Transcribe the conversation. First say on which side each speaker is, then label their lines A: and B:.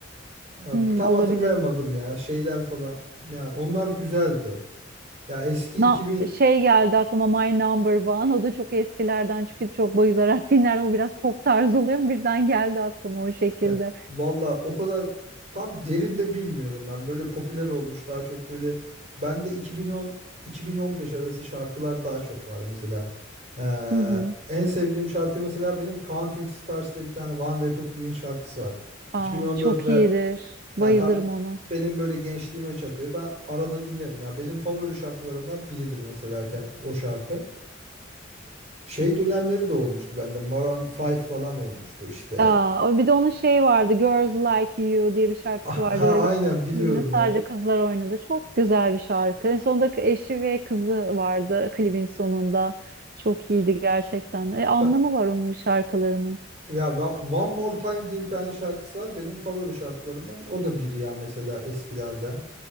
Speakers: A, on the right; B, on the right.
A: Abi,
B: Hmm,
A: Tam
B: olabilir.
A: hatırlayamadım ya şeyler falan. Yani onlar güzeldi. Ya eski
B: Na
A: 2000
B: şey geldi aklıma My Number One. O da çok eskilerden çünkü çok bayılarak <laughs> dinler. O biraz pop tarzı oluyor ama birden geldi aklıma o şekilde.
A: ya valla o kadar tam derinde bilmiyorum ben. Böyle popüler olmuş daha çok böyle ben de 2010 2015 arası şarkılar daha çok var mesela. Ee,
B: Hı hı.
A: en sevdiğim şarkı mesela benim Counting Stars diye bir tane One Republic'in şarkısı var.
B: Aa,
A: 2014
B: çok
A: ve
B: iyidir.
A: ya
B: Bayılırım
A: tam
B: ona.
A: benim böyle gençliğime çatıyor. Ben arada dinlerim. Ya benim favori şarkılarımdan biridir mesela ken- o şarkı. Şey dönemleri de olmuştu bende. Maroon 5 falan olmuştu işte.
B: Aa, o- bir de onun şey vardı. Girls Like You diye bir şarkısı
A: <laughs> Aha,
B: vardı ve
A: Aynen biliyorum
B: klibinde sadece
A: ya.
B: kızlar oynadı. Çok güzel bir şarkı. En sonunda eşi ve kızı vardı klibin sonunda. Çok iyiydi gerçekten. E, anlamı
A: Ba-
B: var onun şarkılarının.
A: Ya Wa- One More Time diye bir tane şarkısı var. Benim favori şarkılarımdan. O da biri ya mesela eskilerden.